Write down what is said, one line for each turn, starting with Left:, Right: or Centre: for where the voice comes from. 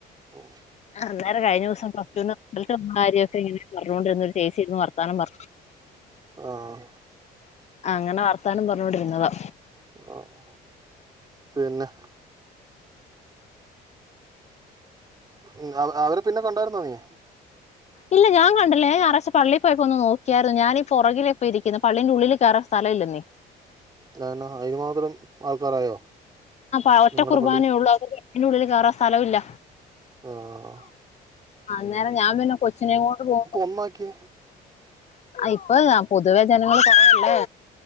Right: ഉം
Left: ആഹ് നേര കഴിഞ്ഞ ദിവസം പാര്യൊക്കെ എങ്ങനെ പറഞ്ഞോണ്ടിരുന്നൊരു ചേച്ചിന്ന് വർത്താനംഞ്ഞു
Right: ആഹ്
Left: ആ അങ്ങനെ വർത്താനം പറഞ്ഞോണ്ടിരുന്നതാ
Right: ആഹ് പിന്നെ ഉ അവര് പിന്നെ കൊണ്ടായിരുന്നു നീ
Left: ഇല്ല ഞാൻ കണ്ടില്ല ഞാ ഞാറായ്ച്ച പള്ളി പോയിപ്പോ ഒന്ന് നോക്കിയായിരുന്നു ഞാനീഈ പുറകിലെ പ്പ ഇരിക്കുന്നു പള്ളിന്റെ ഉള്ളിൽ കയറ സ്ഥല ഇല്ലെന്നേ
Right: അന്നാ അതിന് മാത്രം ആൾക്കാരായോ
Left: ആ ഒറ്റ
Right: നിങ്ങളുടെ
Left: കുർബാനയേ
Right: പള്ളി
Left: ഉള്ളൂ അ എന്റെ ഉള്ളിൽ കേയറാ സ്ഥലമ ഇല്ല
Right: ആഹ്
Left: അന്നേരം ഞാൻ പിന്നെ കൊച്ചിനെയും കൊണ്ട് പോകുമ്പോ
Right: അമ്മക്ക്
Left: ഇപ്പല്ല പൊതുവെ ജനങ്ങൾ പറയല്ലേ